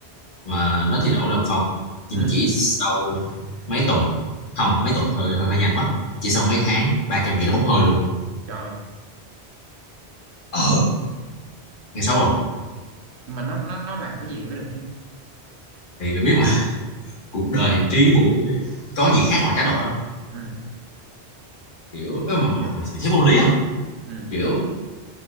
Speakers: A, on the left; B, on the right.
A: Mà nó thi đậu lên phòng Nhưng
B: ừ
A: mà chỉ sau mấy tuần Không mấy tuần thì hơi hơi, hơi nhanh quá Chỉ sau mấy tháng 300 triệu đã bốc hơi luôn
B: trời
A: Ờ, nghe xấu không
B: nhưng mà nó nó nó làm cái gì mới được chứ
A: thì mày biết mà cuộc đời
B: cả
A: hành trí bù ấy, có gì khác ngoài cá độ đâu
B: ừ
A: kiểu ơ, mà,
B: kinh
A: mà,
B: dị
A: mà mày thấy vô lý không
B: ừ
A: kiểu